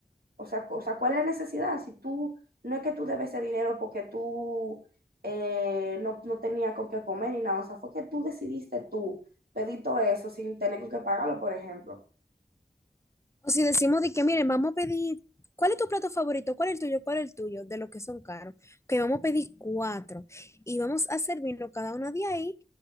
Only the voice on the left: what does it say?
O si decimos de que, miren, vamos a pedir, ¿cuál es tu plato favorito? ¿Cuál es el tuyo? ¿Cuál es el tuyo? De los que son caros. Que vamos a pedir cuatro y vamos a servirlo cada una de ahí.